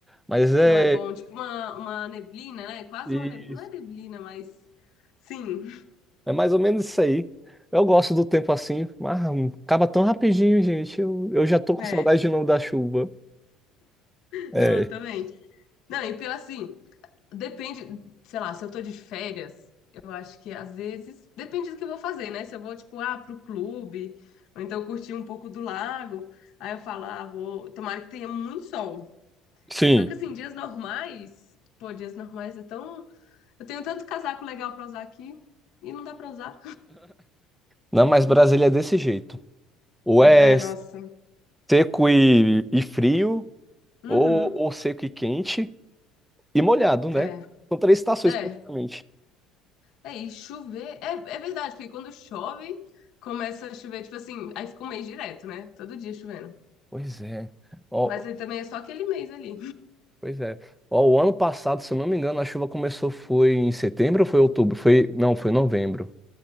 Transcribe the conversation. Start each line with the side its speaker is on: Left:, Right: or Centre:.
Centre: Mas é,
Left: Não é bom, tipo uma, uma neblina, né? Quase
Centre: e
Left: uma neblina, não é neblina, mas sim,
Centre: é mais ou menos isso aí. Eu gosto do tempo assim, mas acaba tão rapidinho, gente. Eu, eu já tô com
Left: <laughs> é.
Centre: saudade de novo da chuva. É,
Left: Não, eu também. Não, e pior assim, Depende, sei lá, se eu tô de férias, eu acho que às vezes. Depende do que eu vou fazer, né? Se eu vou, tipo, ah, pro clube, ou então curtir um pouco do lago, aí eu falo, ah, vou. Tomara que tenha muito sol.
Centre: sim.
Left: Só que, assim, dias normais. Pô, dias normais é tão. Eu tenho tanto casaco legal pra usar aqui e não dá pra usar.
Centre: Não, mas Brasília é desse jeito. Ou
Left: Pois
Centre: é
Left: é, nossa.
Centre: seco e, e frio,
Left: Uhum.
Centre: ou, ou seco e quente e molhado, né?
Left: É,
Centre: São três estações
Left: é.
Centre: praticamente.
Left: É, e chover. É, é verdade, porque quando chove, começa a chover, tipo assim, aí fica um mês direto, né? Todo dia chovendo.
Centre: Pois é. Ó,
Left: Mas aí também é só aquele mês ali.
Centre: pois é. Ó, o ano passado, se eu não me engano, a chuva começou foi em setembro ou foi outubro? Foi, não, foi novembro.